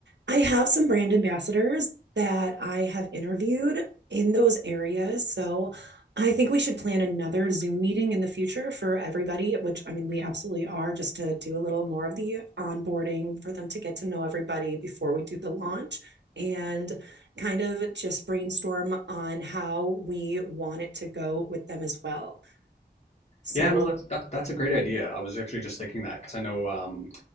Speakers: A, on the right (about 85°); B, on the left (about 40°).
A: I have some brand ambassadors that I have interviewed in those areas. So I think we should plan another Zoom meeting in the future for everybody, which I mean, we absolutely are just to do a little more of the onboarding for them to get to know everybody before we do the launch and kind of just brainstorm on how we want it to go with them as well. So,
B: Yeah, no, that's that, that's a great idea. I was actually just thinking that because I know, um,